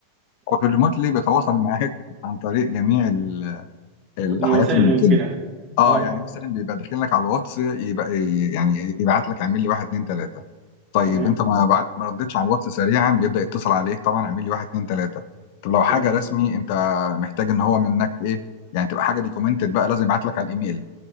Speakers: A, on the left; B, on the right.
A: هو في الريموتلي بيتواصل معاك عن طريق جميع ال- الحاجات
B: الوسائل
A: الممكنة
B: الممكنة
A: اه
B: اه
A: يعني مثلا بيبقى داخل لك على الواتس يبقى يعني يبعت لك اعمل لي واحد اتنين تلاته طيب
B: تمام
A: انت ما بعت ما ردتش على الواتس سريعا بيبدا يتصل عليك طبعا اعمل لي واحد اتنين تلاته طب لو حاجه
B: تمام
A: رسمي انت محتاج ان هو منك ايه يعني تبقى حاجه ديكومنتد بقى لازم يبعت لك على الايميل